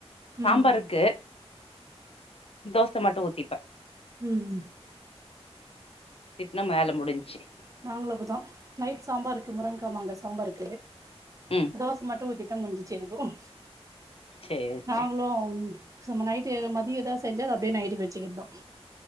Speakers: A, on the left (about 60°); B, on the right (about 30°).
A: சாம்பார்
B: ம் ம்
A: இருக்கு தோசை மட்டும் ஊத்திப்பேன்
B: உம்
A: என்ன மேல முடிஞ்சு
B: நாங்களும் அப்டி தான் நைட் சாம்பார் இருக்கு முருங்ககா மாங்க சாம்பார் இருக்கு
A: ம்
B: தோசை மட்டும் ஊத்தி எல்லா முடிஞ்ச்சு எனக்கும்
A: சேரி
B: நாங்களும்
A: சேரி
B: சம நைட்டு எது மதியதா தெஞ்சது அப்டே நைட்டுக்கு வச்சிக்கிறதோ